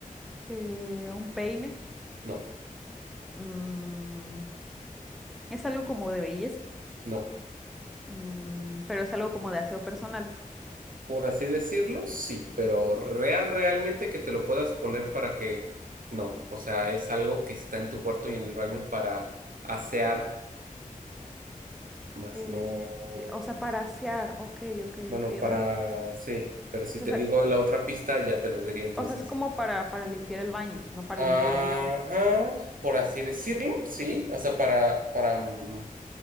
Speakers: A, in the centre; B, on the right.
A: Eh, un peine.
B: No,
A: Mm, es algo como de belleza,
B: no.
A: Mm, pero es algo como de aseo personal.
B: Por así decirlo, sí, pero real, realmente que te lo puedas poner para que no. O sea, es algo que está en tu cuarto y en el baño para asear, más
A: Eh,
B: no.
A: eh, o sea, para asear. Ok, ok,
B: Bueno,
A: ok.
B: para
A: O sea, pues,
B: sí, pero si
A: o
B: te
A: sea,
B: digo la otra pista, ya te lo diría entonces.
A: o sea, es como para, para limpiar el baño, no para
B: Ajá,
A: limpiarme yo.
B: por así decirlo, sí. O sea, para, para mm,